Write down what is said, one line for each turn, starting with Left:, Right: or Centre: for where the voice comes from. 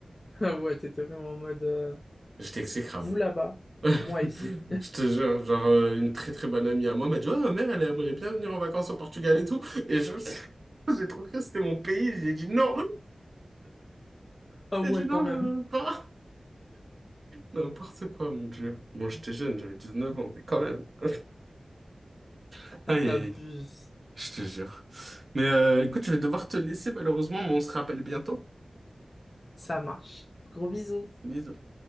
Left: Ah ouais, t'étais vraiment en mode euh,
Right: J'étais exécrable.
Left: vous là-bas,
Right: <laughs> Je
Left: moi ici.
Right: te jure, genre, euh, une très très bonne amie à moi m'a dit, oh, ma mère, elle aimerait bien venir en vacances au Portugal et tout. Et je, <laughs> j'ai trop cru que c'était mon pays, j'ai dit non,
Left: Ah
Right: j'ai
Left: ouais,
Right: dit non,
Left: quand même.
Right: je veux pas. N'importe quoi, mon Dieu. Moi, j'étais jeune, j'avais dix neuf ans, mais quand même. <laughs> Aïe,
Left: Ah, t'abuses.
Right: aïe, aïe, je te jure. Mais euh, écoute, je vais devoir te laisser, malheureusement, mais on se rappelle bientôt.
Left: Ça marche. Gros bisous.
Right: Bisous.